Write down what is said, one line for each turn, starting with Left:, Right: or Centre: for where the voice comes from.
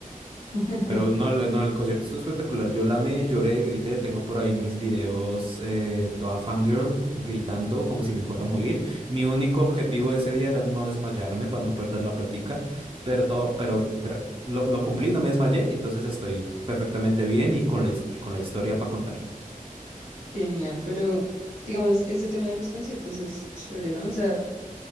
Left: <laughs>
Right: Pero no, el- no, el concierto estuvo espectacular. Yo la me lloré, grité. Tengo por ahí mis videos, eh, toda fangirl, gritando como si me fuera a morir. Mi único objetivo ese día era no desmayarme para no perder la platica. Pero todo, pero gra- lo, lo cumplí, no me desmayé. Entonces estoy perfectamente bien y con la, his- y con la historia para contar.
Left: Genial, pero digamos, este tema de los conciertos es chévere, ¿no? O sea,